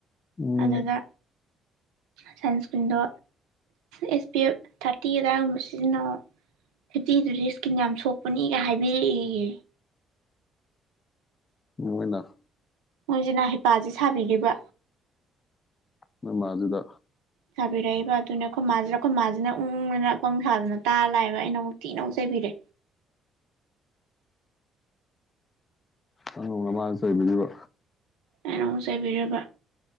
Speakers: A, on the left (about 30°); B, on the right (about 65°).
A: ꯎꯝ
B: ꯑꯗꯨꯗ ꯁꯟꯁꯀ꯭ꯔꯤꯟꯗꯣ ꯑꯦꯁ ꯄꯤ ꯑꯦꯐ ꯊꯥꯔꯇꯤ ꯑꯗꯥꯏꯒꯨꯝꯕ ꯁꯤꯖꯤꯟꯅꯧꯋꯣ ꯐꯤꯇꯤꯗꯨꯗꯤ ꯏꯁ꯭ꯀꯤꯟ ꯌꯥꯝ ꯁꯣꯛꯄꯅꯤꯒ ꯍꯥꯏꯕꯤꯔꯛꯑꯦꯌꯦ
A: ꯃꯣꯏꯅ
B: ꯃꯣꯏꯁꯤꯅ ꯍꯩꯄꯥꯖꯦ ꯁꯥꯕꯤꯒꯤꯕ
A: ꯅꯣꯏꯃꯥꯖꯤꯗ
B: ꯁꯥꯕꯤꯔꯛꯏꯕ ꯑꯗꯨꯅꯦ ꯑꯩꯈꯣꯏ ꯃꯥꯖꯤꯗ ꯑꯩꯈꯣꯏ ꯃꯥꯥꯖꯤꯅ ꯎꯪ ꯎꯪꯑꯅ ꯑꯄꯪ ꯁꯥꯗꯅ ꯇꯥꯔꯂꯥꯛꯑꯦꯕ ꯑꯩꯅ ꯑꯃꯨꯛ ꯊꯤꯅ ꯑꯃꯨꯛ ꯆꯩꯕꯤꯔꯦ
A: ꯅꯪꯅ ꯑꯃꯨꯛ ꯅꯃꯥꯗ ꯆꯩꯕꯤꯔꯤꯕ
B: ꯑꯩꯅ ꯑꯃ ꯆꯩꯕꯤꯔꯤꯕ